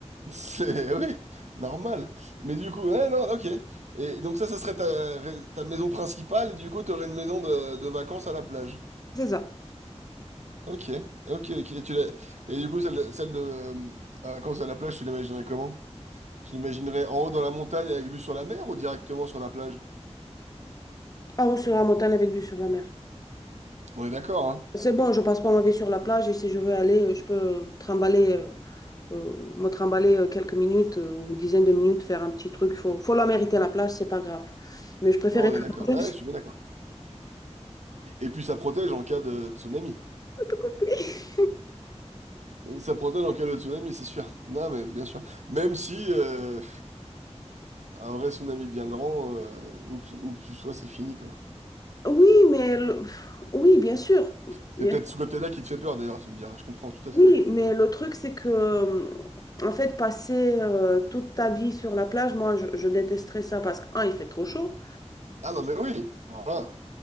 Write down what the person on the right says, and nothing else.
<laughs> C'est... Oui, normal. Mais du coup, ouais, non, ok. Et donc ça, ça serait ta, ta maison principale, et du coup, tu aurais une maison de, de vacances à la plage.
Ok, ok, ok. Et, tu l'as- et du coup, celle, celle de euh, à vacances à la plage, tu l'imaginerais comment? Tu l'imaginerais en haut dans la montagne avec vue sur la mer ou directement sur la plage?
On est d'accord, hein?
Ouais, on
est d'accord.
Ouais, je suis bien d'accord. Et puis ça protège en cas de tsunami.
Ça protège en cas de tsunami, c'est sûr. Non, mais bien sûr. Même si euh, un vrai tsunami bien grand, euh, où que, où que tu sois, c'est fini, quoi.
C'est
peut-être
ce côté-là qui te fait peur, d'ailleurs, tu me diras. Je comprends, tout à fait.
Ah non, mais oui! Alors là,